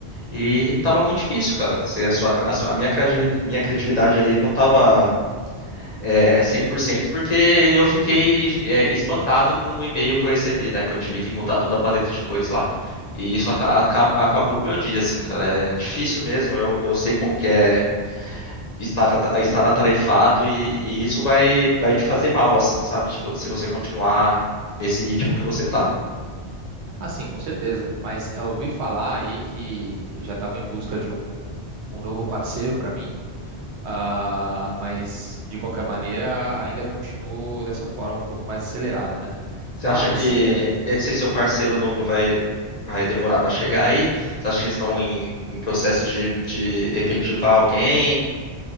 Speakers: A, on the left (about 45°); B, on the right (about 75°).
A: E tava muito difícil, cara. Se A, sua, a, sua- a minha criativi- minha criatividade ali não tava é, 100% porque eu fiquei é, espantado com o e-mail que eu recebi, né? Que eu tive que mudar toda a paleta de cores lá. E isso aca- aca- acabou com o meu dia, assim, cara. É difícil mesmo, eu, eu sei como que é estar, ata- estar atarefado e, e isso vai, vai te fazer mal, assim, sabe? Tipo, se você continuar nesse ritmo que você tá.
B: Ah, sim, com certeza. Mas é, eu ouvi falar aí que já estava em busca de um, um novo parceiro para mim. Ah, mas de qualquer maneira ainda continuo dessa forma um pouco mais acelerada, né?
A: Você
B: Mas
A: acha que
B: é,
A: esse seu parceiro novo vai, vai demorar pra chegar aí? Você acha que eles estão em, em processo de, de efetivar alguém,